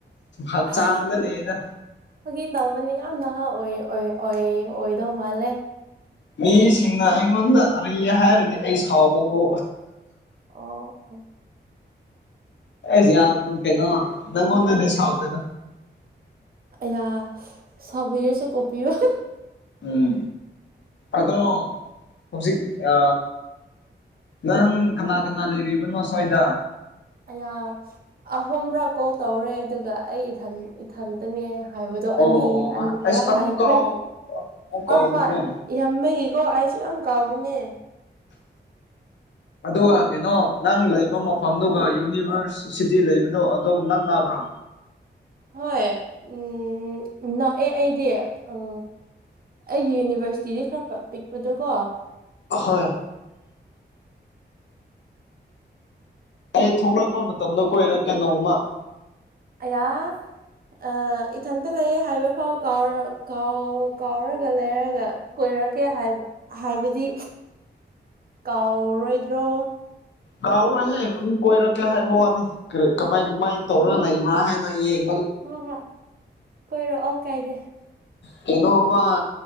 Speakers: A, on the left; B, on the right.
A: ꯍꯛꯆꯥꯡꯗ
B: ꯑꯩ
A: ꯂꯩꯗ
B: ꯐꯥꯒꯤ ꯇꯧꯕꯅꯤ ꯌꯥꯝ ꯅꯍꯥ ꯑꯣꯏ ꯑꯣꯏ ꯑꯣꯏꯗꯧ ꯃꯥꯜꯂꯦ
A: ꯃꯤꯁꯤꯡꯅ ꯑꯩꯉꯣꯟꯗ ꯑꯔꯤ ꯍꯥꯏꯔꯗꯤ ꯑꯩ ꯁꯥꯎꯕꯕꯨ
B: ꯑꯣ
A: ꯑꯦꯁ ꯌꯥ ꯀꯩꯅꯣ ꯅꯪꯉꯣꯣꯟ ꯅꯁꯗꯅ
B: ꯌꯥ ꯁꯁꯨ ꯀꯣꯄꯤꯤ ꯑꯣ
A: ꯎꯝ ꯑꯗꯣ ꯍꯧꯖꯤꯛ ꯑ ꯅꯪ ꯀꯅꯥ ꯀꯅꯥ ꯂꯩꯔꯤꯕꯅꯣ ꯁ꯭ꯋꯥꯏꯗ
B: ꯑ ꯑꯍꯨꯝꯕ꯭ꯔꯥ ꯀꯣꯜ ꯇꯧꯔꯦ ꯑꯗꯨꯒ ꯑꯩ ꯏꯊꯟꯇꯅꯦ ꯍꯥꯏꯕꯗꯣ
A: ꯑꯣ
B: ꯑꯅꯤ
A: ꯑꯣ
B: ꯑꯅꯤꯔꯛ
A: ꯑꯁ ꯑꯃꯨꯛ
B: ꯍꯥꯏꯈ꯭ꯔꯦ
A: ꯀꯥꯎ ꯑꯃꯨꯛ
B: ꯍꯣꯏ
A: ꯀꯥꯎꯕꯀꯣ
B: ꯍꯣꯏ ꯏꯌꯥꯝꯕꯒꯤ ꯀꯣ ꯑꯩꯁꯨ ꯌꯥꯝ ꯀꯥꯎꯕꯅꯦ
A: ꯑꯗꯨꯒ ꯀꯩꯅꯣ ꯅꯪ ꯂꯩꯕ ꯃꯐꯝꯗꯨꯒ ꯌꯨꯅꯤꯚꯔꯁ ꯁꯤꯇꯤ ꯂꯩꯕꯗꯣ ꯑꯗꯨꯝ ꯅꯪ ꯅꯥꯕ꯭ꯔꯥ
B: ꯍꯣꯏ ꯎꯝ ꯅ ꯑꯦ ꯑꯩꯗꯤ ꯎꯝ ꯑꯣ ꯑꯩꯒꯤ ꯌꯨꯅꯤꯚꯔꯁꯤꯇꯤꯗꯤ ꯈꯔ ꯄꯤꯛꯄꯗꯣꯀꯣ
A: ꯍꯣꯏ ꯑꯩ ꯊꯣꯛꯂꯛꯄ ꯃꯇꯝꯗ ꯀꯣꯏꯔꯦ ꯀꯩꯅꯣꯝꯃ
B: ꯌꯥ ꯑ ꯏꯊꯟꯇ ꯂꯩꯌꯦꯦ ꯍꯥꯏꯕ ꯐꯥꯎ ꯀꯔ ꯀꯥꯎꯔꯒ ꯂꯩꯔꯒ ꯀ ꯍꯥꯏꯔꯒꯦ ꯍꯥꯏꯕ ꯍꯥꯏꯕꯗꯤ ꯀꯥꯎꯔꯣꯏꯗ꯭ꯔꯣ
A: ꯀꯥꯎꯔꯣꯏꯁꯦ ꯑꯗꯨꯝ ꯀꯣꯏꯔꯛꯀꯦ ꯍꯥꯏꯕ ꯋꯥꯅꯤ ꯀꯃꯥꯏ ꯀꯃꯥꯏꯅ ꯇꯧꯔꯒ ꯂꯩꯕ꯭ꯔꯥ ꯍꯥꯏꯅꯣ ꯑꯩ
B: ꯍ ꯍꯣꯏ ꯀꯣꯏꯔꯛꯑꯣ ꯀꯥꯏꯗꯦ
A: ꯀꯩꯅꯣꯃ